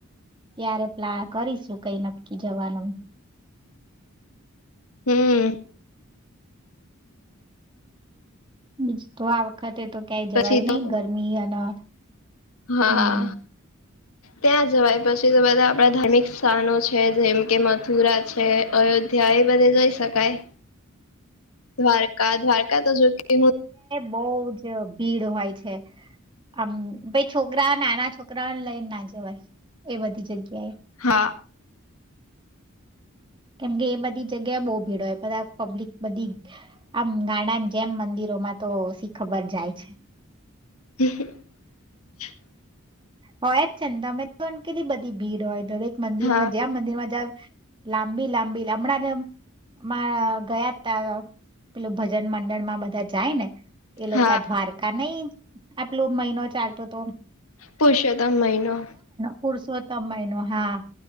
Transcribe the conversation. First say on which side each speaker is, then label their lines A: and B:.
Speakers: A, on the right (about 20°); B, on the left (about 80°).
A: ત્યારે પ્લા કરીશું કઈ નક્કી જવાનું.
B: હમ.
A: હ બીજ તો આ વખતે તો ક્યાંય જવાયું
B: પછી તો
A: નહ ગરમી અને
B: હા
A: હમ
B: ત્યાં જવાય પછી તો બધા આપડા ધાર્મિક સ્થાનો છે જેમ કે મથુરા છે અયોધ્યા એ બધે જઈ શકાય દ્વારકા દ્વારકા તો જો કે હું
A: બહ જ ભીડ હોય છે આમ ભાઈ છોકરા નાના છોકરાને લઈને ના જવાય એ બધી જગ્યાએ
B: હા
A: કેમકે એ બધી જગ્યા બહ ભીડ બધા પબ્લિક બધી આમ ગાણા જેમ મંદિરોમાં તોછી ખબર જાય છે.
B: <inaudible>
A: હોય ચિંતા મે તો બધી ભીડ હોય. દરેક મંદિરમાં
B: હા
A: જમ મંદિરમાં જ લાંબી લાંબી હમણાં માં ગયા ત પેલું ભજન મંડણમાં બધા જાય ને. એ લોકો
B: હા
A: દ્વારકા નઈ આટલો મહિનો ચાલતો હતો
B: પુરષોત્તમ મહિનો
A: પુરસો તો <unintelligible> હા